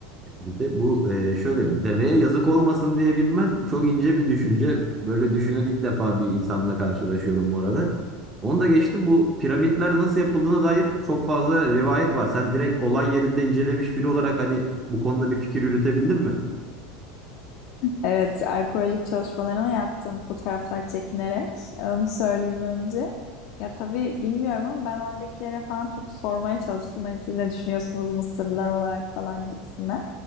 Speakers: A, on the right; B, on the left.
A: Bir de bu e, şöyle deveye yazık olmasın diye binmen çok ince bir düşünce. Böyle düşünen ilk defa bir insanla karşılaşıyorum bu arada. Onu da geçtim bu piramitler nasıl yapıldığına dair çok fazla rivayet var. Sen direkt olay yerinde incelemiş biri olarak hani bu konuda bir fikir yürütebildin mi?
B: Evet, arkeolojik çalışmalarımı yaptım fotoğraflar çekinerek. Onu söyleyeyim önce. Ya tabii bilmiyorum ama ben oradakilere falan çok sormaya çalıştım. Hani siz ne düşünüyorsunuz Mısırlılar olarak falan gibisinden.